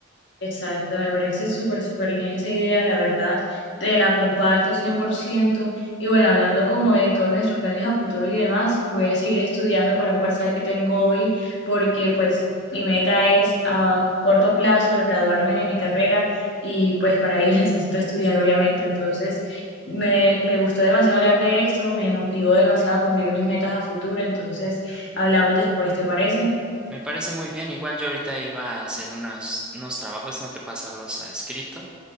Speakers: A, on the left (about 60°); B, in the centre.
A: Exacto, me parece súper, súper bien esa idea, la verdad, te la comparto 100%. Y bueno, hablando como de todos nuestros planes a futuro y demás, voy a seguir estudiando para un parcial que tengo hoy, porque pues mi meta es a corto plazo graduarme de mi carrera y pues para ello <laughs> necesito estudiar, obviamente. Entonces, me, me gustó demasiado hablar de esto, me motivó demasiado a cumplir mis metas a futuro, entonces hablamos después, ¿te parece?
B: Me parece muy bien. Igual yo ahorita iba a hacer unos, unos trabajos, tengo que pasarlos a escrito